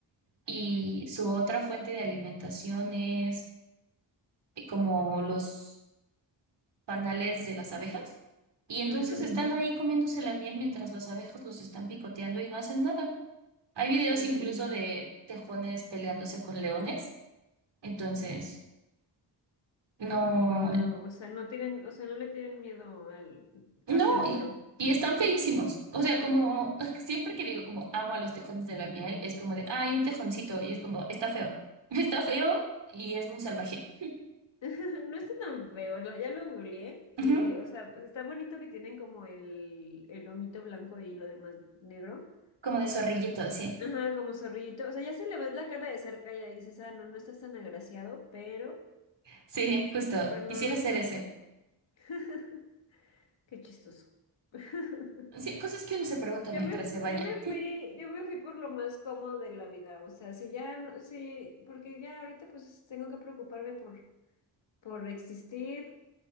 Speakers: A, on the right; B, on the left.
A: Y su otra fuente de alimentación es eh, como los panales de las abejas y entonces
B: Ajá,
A: Ujú. están ahí comiéndose la miel mientras las abejas los están picoteando y no hacen nada. Hay videos
B: órale.
A: incluso de tejones peleándose con leones, entonces no,
B: Wow,
A: Mm.
B: o sea, no tienen, o sea, no le tienen miedo al,
A: no,
B: al peligro.
A: y, y están feísimos. O sea, como <laughs> siempre que digo como amo a los tejones de la miel, es como de, ah, hay un tejoncito y es como, está feo, <laughs> está feo y es muy salvaje.
B: <laughs> No está tan feo, lo- ya lo googleé y,
A: Ujú.
B: o sea, pues, está bonito que tienen como el, el lomito blanco y lo demás negro.
A: Como de zorrillito, sí.
B: Ajá, como zorrillito. O sea, ya si le ves la cara de cerca ya dices, ah, no, no estás tan agraciado, pero,
A: Sí, justo.
B: pero
A: Quisiera
B: no, no está
A: ser
B: tan
A: ese.
B: feo. <laughs> Qué chistoso. <laughs>
A: Sí, cosas que uno se pregunta
B: Yo
A: mientras
B: me,
A: se baña.
B: yo me fui, yo me fui por lo más cómodo de la vida, o sea, si ya, no- si, porque ya ahorita pues tengo que preocuparme por por existir,